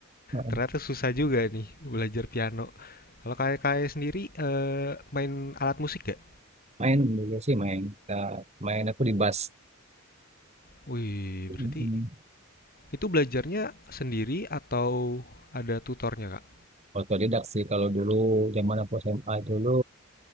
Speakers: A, on the right (about 30°); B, on the left (about 45°).
A: Heeh.
B: Ternyata susah juga nih belajar piano. Kalau kayak kayak sendiri, eee, main alat musik gak?
A: Main dulu sih main. Nah, main aku di bus.
B: Wih, berarti
A: Mm-mm.
B: itu belajarnya sendiri atau ada tutornya, Kak?
A: Otodidak sih kalau dulu zaman aku SMA dulu